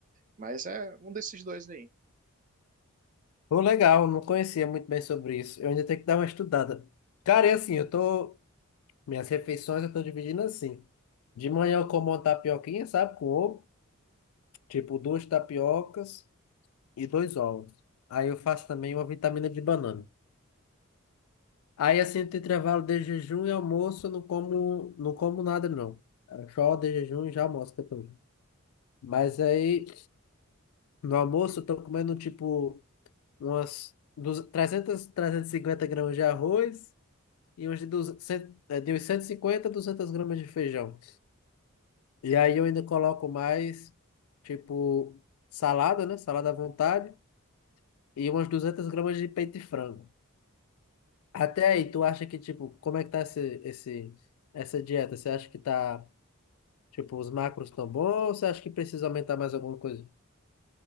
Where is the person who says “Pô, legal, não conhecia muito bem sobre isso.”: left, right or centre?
Left